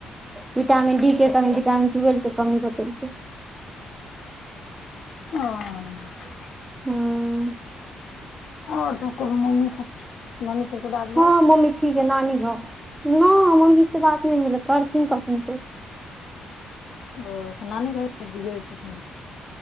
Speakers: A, on the right (about 15°); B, on the left (about 60°).
A: विटामिन डी के कमी, विटामन टूवेल्व के कमी बतेलकै।
B: ओह
A: हूॅं
B: और सब कहूं मम्मी सब के मम्मी सबसे बात
A: हां मम्मी ठीक हइ नानी घर नय मम्मी से बात नहि भेलै करथिन कखनो त <inaudible>
B: ओ तऽ नानी घर गेल छथिन।